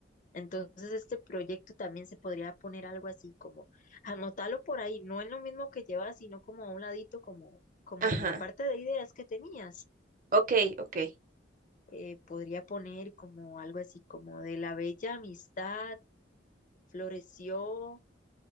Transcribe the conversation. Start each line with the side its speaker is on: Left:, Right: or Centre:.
Left: entonces, este proyecto también se podría poner algo así como anotarlo por ahí, no en lo mismo que llevas, sino como a un ladito, como, como
Right: Ajá.
Left: en la parte de ideas que tenías.
Right: Ok, ok.
Left: Eh, podría poner como algo así como de la bella amistad floreció